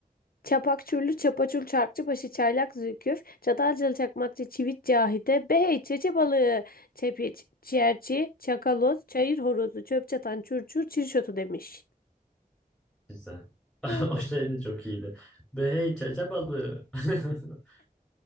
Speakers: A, on the left; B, in the centre.
A: Çapakçurlu, Çapaçul, Çarkçıbaşı, Çaylak, Zülküf, Çatalcalı, Çakmakçı, Çivit, Cahide, Behey, Çeçe balığı, Çepiç, Çerçi, Çakaloz, Çayır horozu, Çöp çatan, Çurçur, Çirşotu demiş.
B: Güzel. <laughs>
A: Ya,
B: O şey de çok iyiydi. Behey, çaça balığı. <laughs>